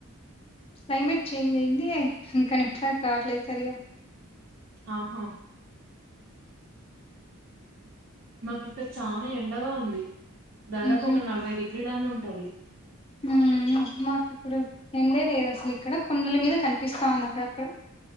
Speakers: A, on the left; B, on the right.
A: క్లైమేట్ చేంజ్ అయింది ఇంకా నెట్వర్క్ రాట్లేదు సరిగా
B: ఆహ మాకు ఇక్కడ చాన ఎండగా ఉంది దాదాపు
A: హుహు.
B: ఒక నలభై డిగ్రీలన్న ఉంటది
A: హ్మ్. మాకిప్పుడు ఎండే లేదు అసలు ఇక్కడ కుండల మీద కనిపిస్తా ఉంది అక్కడక్కడ